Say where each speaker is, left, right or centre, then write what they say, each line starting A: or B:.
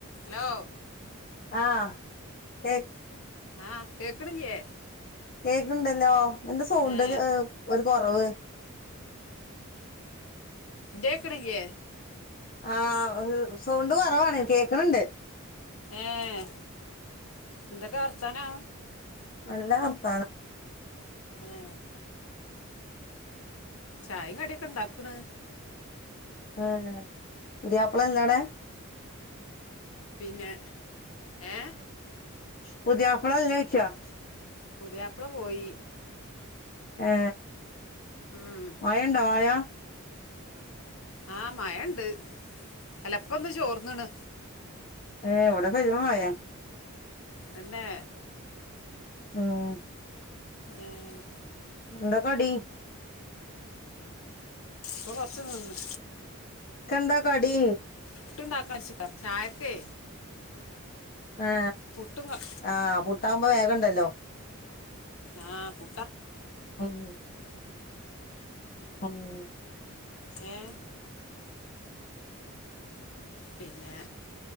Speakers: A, on the left (about 75°); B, on the left (about 40°).
A: Hello
B: ആഹ് കേൾ
A: ആഹ് കേക്കണില്ലേ
B: കേക്കണുണ്ടല്ലോ എന്താ സൗണ്ട്
A: ഏ
B: ഒരു ഒരു കുറവ്
A: ഇ കേക്കണില്ലേ
B: ആഹ സൗണ്ട് കുറവാണ് കേക്കണണ്ട്
A: ഏഹ് എന്തൊക്കെ വർത്താനാ
B: നല്ല വർത്താനം
A: ഏ ചായും കടിയൊക്കെ ഇണ്ടാക്കണ്
B: ഉം പുതിയാപ്പള എന്താട
A: പിന്നെ ഏഹ്
B: പുതിയാപ്പിള ഇല്ലേ ചോച്ച്
A: പുതിയാപ്പിള പോയി
B: ഏ
A: ഉം
B: മഴഉണ്ടോ വായണ്ടാ വായാ
A: ആഹ മഴ ഇണ്ട് അല്ലപ്പ എന്താ ചോർന്നുണ്
B: ഏ ഇവിടെ പെരുമഴ
A: തന്നെ
B: ഉം
A: ഏ ഏ
B: എന്താ കടി
A: ഇപ്പ കൊർച്ച് നിന്ന്
B: കന്താ കടി
A: പുട്ട്ണ്ടാക്കാർച്ചിക്കാ ചായക്കേ
B: ഏ
A: പുട്ടും ക-
B: ആ പുട്ടാവുമ്പോ വേഗണ്ടല്ലോ
A: ആഹ് പു
B: ഉം ആമ്
A: ഏ പിന്നെ